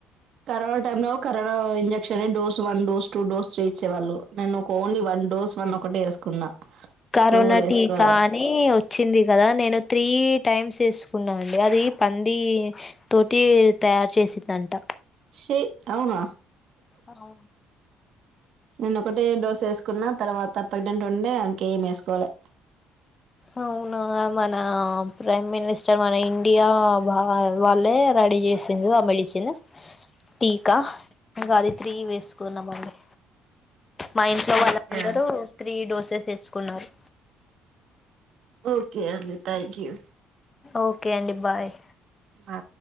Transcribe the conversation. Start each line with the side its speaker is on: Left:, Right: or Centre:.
Right: కరోనా టైం నువవు కరోనా ఇ dose one dose two dose three ఇచ్చేవాళ్ళు నేను ఒక ఓన్లీ వన్ డోస్ వన్ ఒకటి వేసుకున్నా
Left: కరోనా
Right: టూ కూడా వేసుకోలే
Left: టీకా అని వచ్చింది కదా నేను నే త్రీ టైమ్స్ వేసుకున్నా అండి అది పంది తోటి తయారు చేసిందంట
Right: శే అవునా
Left: అవు
Right: నేను ఒకటే డోస వేసుకున్నా తర్వాత ప ఉండే అక ఏం వేసుకోవాలి
Left: అవునా మన ప్రైమ్ మనిస్టర్ మన ఇండియా వాళ్ళు రెడీ చేసింది ఆ మెడిసిన్ టీకా ఇంకా అది తిరిగి వేసుకున్నామ అండి మా ఇంట్లో
Right: ఓకే
Left: వాళ్ళందరూ త్రీ డోసెస్ వస్తారు తీసుకున్నారు
Right: ఓకే అండి థ్యాంక్ యూ
Left: ఓకే అండి బాయ్
Right: ఆ